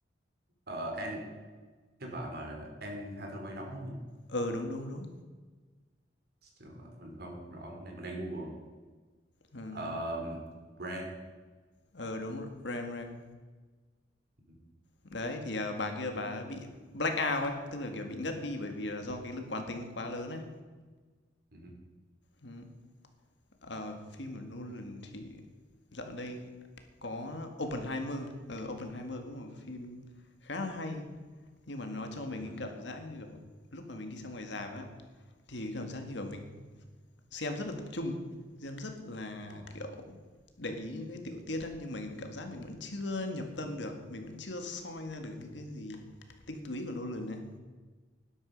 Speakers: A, on the right; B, on the left.
A: ờ, Anne cái bà mà Anne Hathaway đóng đúng không
B: Ừ, đúng, đúng, đúng.
A: Chứ mà mình không rõ lắm. đây mình đang Google
B: Ờ.
A: Ờ, brand
B: Ờ, đúng RAM, RAM.
A: Ừ,
B: Đấy, thì, à, bà kia bà bị black out ấy, tức là, kiểu, bị ngất đi bởi vì là do cái lực quán tính nó quá lớn ấy.
A: ừ, ừ.
B: Ừm, ờ, phim của Nolan thì dạo đây có Oppenheimer. Ờ, Oppenheimer cũng là một phim khá là hay, nhưng mà nó cho mình
A: Ờ,
B: những cảm giác như, kiểu, lúc mà mình đi xem ngoài rạp á, thì cái cảm giác như, kiểu, mình Xem rất là tập trung, xem rất là,
A: ờ,
B: kiểu, để ý những cái tiểu tiết á, nhưng mà mình cảm giác mình vẫn chưa nhập tâm được, mình vẫn chưa soi ra được những cái gì tinh túy của Nolan ấy,